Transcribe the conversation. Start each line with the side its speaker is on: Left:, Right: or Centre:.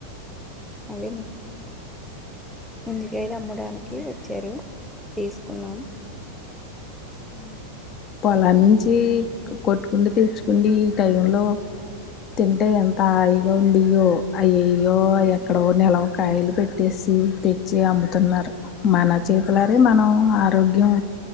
Centre: అవే ముందుకైది అమ్మడానికి వచ్చారు తీసుకున్నాము.. ఆ
Left: పొలా నుంచి కొట్టుకుండి తెచ్చుకుండి ఈ టై లో తింటే ఎంత హాయిగా ఉందియ్యో అయయ్యో ఎక్కడో నిల కాయలు పెట్టేసి తెచ్చి అమ్ముతున్నారు మన చేతులరే మనం ఆరోగ్యం